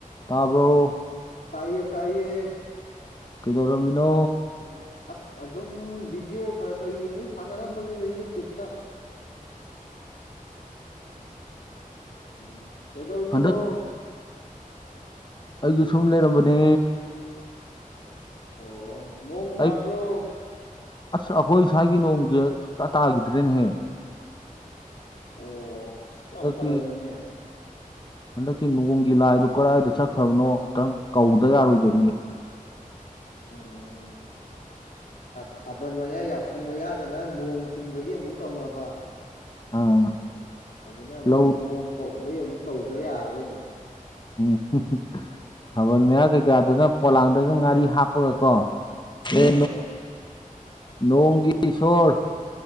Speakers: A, on the left; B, on the left.
A: ꯇꯥꯔꯕꯣ
B: ꯇꯥꯏꯌꯦ ꯇꯥꯏꯌꯦ
A: ꯀꯩꯗꯧꯔꯝꯃꯤꯅꯣ
B: ꯑꯁ ꯑꯗꯨꯝ ꯕꯤꯗꯤꯑꯣ ꯈꯔ ꯈꯔ ꯌꯦꯡꯃꯤ ꯁꯥꯟꯅꯔꯝꯕꯅꯤꯅ ꯌꯨꯇ꯭ꯌꯨꯕꯇ ꯎꯝ ꯀꯩꯗꯧꯔꯃꯤꯅꯣ
A: ꯍꯟꯗꯛ ꯑꯩꯁꯨ ꯁꯨꯝ ꯂꯩꯔꯝꯕꯅꯦ
B: ꯑꯣ ꯅꯣꯡ ꯇꯥꯗ꯭ꯔꯣ
A: ꯑꯩ ꯑꯁ ꯑꯩꯈꯣꯏ ꯏꯁ꯭ꯋꯥꯥꯒꯤ ꯅꯣꯡꯁꯦ ꯁꯨꯛꯇ ꯇꯥꯈꯤꯗ꯭ꯔꯦꯅꯍꯦ
B: ꯑꯣ ꯄꯨꯔꯥ
A: <unintelligible>
B: ꯐꯔꯛꯅꯤꯅꯦ
A: ꯍꯟꯗꯛꯇꯤ ꯅꯣꯡꯒꯤ ꯂꯥꯏꯗꯣ ꯀꯗꯥꯥꯏꯗ ꯆꯠꯈ꯭ꯔꯕꯅꯣ ꯇꯪ ꯀꯧꯗ ꯌꯥꯔꯣꯏꯗꯣꯔꯤꯒꯦ <inaudible>
B: ꯎꯝ ꯊꯥꯕꯜ ꯃꯌꯥ ꯌꯥꯎꯁꯪ ꯃꯌꯥꯗꯅ ꯅꯣꯡ ꯊꯤꯡꯕꯒꯤ ꯑꯃꯨꯛ ꯇꯧꯅꯕ
A: ꯑꯥ
B: ꯑꯗꯨꯅ ꯑꯃꯨꯛ
A: ꯂꯧ
B: ꯅꯣꯡ ꯀꯧꯕꯩ ꯑꯃꯨꯛ ꯇꯧꯗ ꯌꯥꯔꯔꯣꯏꯅꯦ
A: ꯎꯝ ꯊꯥꯕꯜ ꯃꯔꯥ ꯀꯩꯀꯥꯗꯨꯅ ꯄꯣꯂꯥꯡꯗꯒ ꯉꯥꯔꯤ ꯍꯥꯞꯄꯒ ꯀꯣ
B: ꯃꯥꯅꯦ
A: ꯑꯦ ꯅꯣꯡꯒꯤ ꯁꯣꯔ